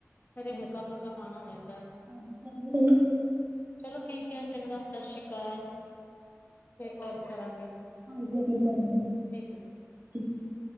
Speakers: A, on the left; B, on the right.
A: ਕਦੇ ਹਲਕਾ ਫੁਲਕਾ ਖਾਣਾ ਹੋ ਜਾਂਦਾ,
B: ਹਾਂਜੀ।
A: ਚਲੋ ਠੀਕ ਐ ਚੰਗਾ ਸਤਿ ਸ੍ਰੀ ਅਕਾਲ ਫੇਰ ਕਾਲ ਕਰਾਂਗੇ,
B: ਹਾਂਜੀ
A: ਠੀਕ
B: <unintelligible>
A: ਹੈ।